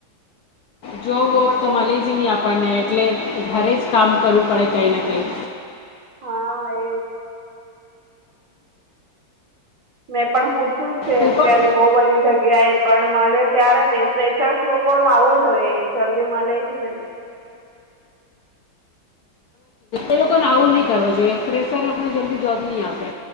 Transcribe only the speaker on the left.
જોબ વોબ
તો
મળે જ નહીં આપણને. એટલે ઘરે જ કામ કરવું પડે કંઈને કંઈ.
તું
પણ
એ લોકોને આવું નહી કરવુ જોઈએ. ફ્રેશર લોકોને જલ્દી જોબ નહી આપે.